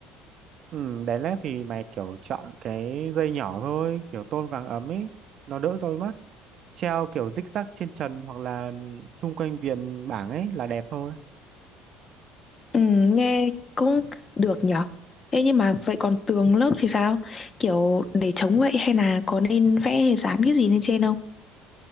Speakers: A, on the right (about 45°); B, on the left (about 25°).
A: Ừm, đèn LED thì mày kiểu chọn cái dây nhỏ thôi, kiểu tôn vàng ấm ấy, nó đỡ rối mắt. Treo kiểu rích rắc trên trần hoặc là xung quanh viền bảng ấy là đẹp thôi.
B: Ừ, nghe cũng được nhở. Thế nhưng mà vậy còn tường lớp thì sao? Kiểu để chống vậy hay là có nên vẽ hay dán cái gì lên trên không?